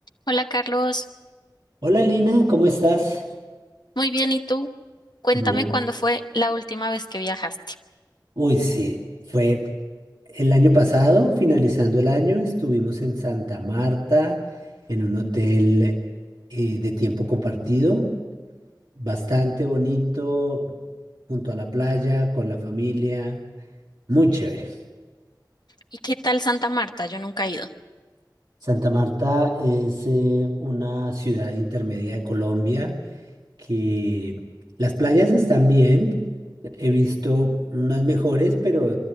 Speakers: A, on the left (about 65°); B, on the right (about 70°).
A: Hola Carlos,
B: Hola Lina, ¿cómo estás?
A: muy bien, ¿y tú? Cuéntame
B: Bien.
A: cuándo fue la última vez que viajaste.
B: Uy, sí, fue el año pasado, finalizando el año, estuvimos en Santa Marta, en un hotel eh, de tiempo compartido, bastante bonito, junto a la playa, con la familia, muy chévere.
A: ¿Y qué tal Santa Marta? Yo nunca he ido.
B: Santa Marta es eh, una ciudad intermedia de Colombia. que las playas están bien, he visto unas mejores, pero